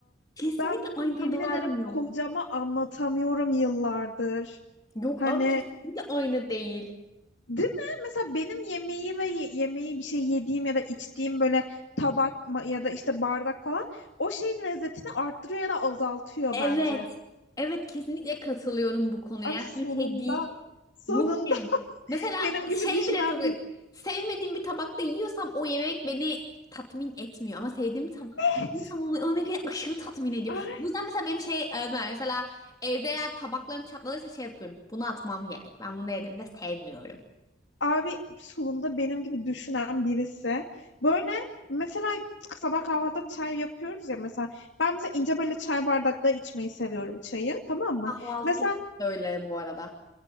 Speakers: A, on the left (about 20°); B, on the left (about 75°).
A: Kesinlikle
B: Ben bunu
A: aynı tadı
B: yemin ederim
A: vermiyor.
B: kocama anlatamıyorum yıllardır.
A: Yok
B: Hani
A: abi kesinlikle aynı değil.
B: değil mi? Mesela benim yemeği ve ye- yemeği bir şey yediğim ya da içtiğim böyle tabak ma- ya da işte bardak falan o şeyin lezzetini arttırıyor ya da azaltıyor
A: Evet.
B: bence.
A: Evet kesinlikle katılıyorum bu konuya.
B: Abi
A: Yani
B: sonunda
A: hani şey değil.
B: sonunda
A: Yok yani.
B: <laughs>
A: Mesela
B: benim gibi
A: şey
B: düşünen
A: bile çok
B: bir
A: sevmediğim bir tabakta yiyorsam o yemek beni tatmin etmiyor. Ama sevdiğim tabakta
B: Evet.
A: yiyorsam o, o yemek beni aşırı tatmin ediyor.
B: Ay,
A: Bu yüzden mesela benim şey e, ben mesela evde eğer tabaklarım çatladıysa şey yapıyorum. Bunu atmam gerek. Ben bunu yediğimde sevmiyorum.
B: abi sonunda benim gibi düşünen birisi. Böyle mesela sabah kahvaltıda çay yapıyoruz ya mesela. Ben mesela ince böyle çay bardakta içmeyi seviyorum çayı tamam mı?
A: Kahvaltı
B: Mesela
A: kesinlikle öyle bu arada.